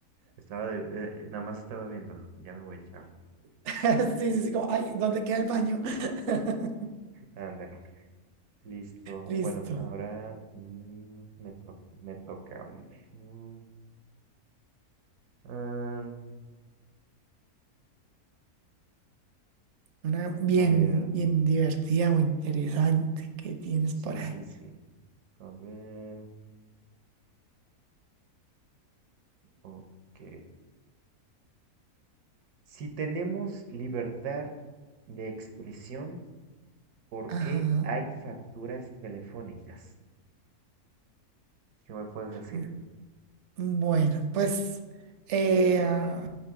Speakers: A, on the right (about 85°); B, on the right (about 65°).
A: Estaba de, eh, eh, nada más estaba viendo. Ya me voy, chao.
B: <laughs> Sí, sí, sí, como, ay, ¿dónde queda el baño? <laughs>
A: Ándale, listo. Bueno,
B: Listo.
A: ahora mm, me to- me toca. mm, am,
B: Una bien,
A: a ver,
B: bien divertida o interesante que tienes
A: sí,
B: por
A: sí,
B: ahí.
A: sí. A ver, ok. Si tenemos libertad de expresión, ¿por
B: Ajá.
A: qué hay facturas telefónicas? ¿Qué me puedes decir?
B: M- Bueno, pues eh, ah,